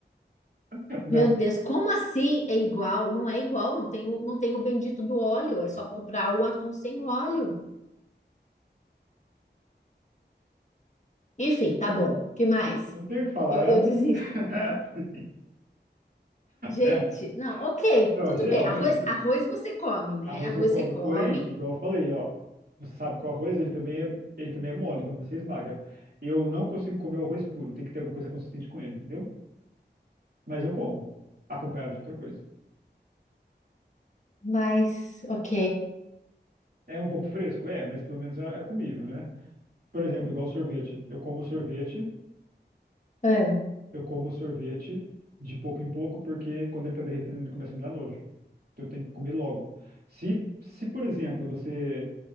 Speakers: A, on the right (about 60°); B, on the left (about 40°).
A: <laughs> Não,
B: Meu Deus, como assim é igual? Não é igual, não tem, o- não tem o bendito do óleo, é só comprar o atum sem óleo. Enfim, tá bom. Que mais?
A: não tem o que falar,
B: Eu,
A: é
B: eu
A: assim.
B: desisto.
A: <laughs>
B: Gente,
A: É.
B: não, ok,
A: Então,
B: tudo
A: geralmente,
B: bem. Arroz, arroz você come, né?
A: arroz
B: Arroz
A: eu como,
B: você come,
A: porém, igual eu falei, ó, você sabe que o arroz, ele também é, ele também é mole quando você esmaga. Eu não consigo comer o arroz puro, tem que ter alguma coisa consistente com ele, entendeu? Mas eu como, acompanhado de outra coisa.
B: mas ok.
A: É um pouco fresco? É, mas pelo menos é é comível, né? Por exemplo, igual sorvete. Eu como sorvete,
B: Ah,
A: eu como sorvete de pouco em pouco, porque quando ele tá derretendo, ele começa a me dar nojo. Então eu tenho que comer logo. Se, se, por exemplo, você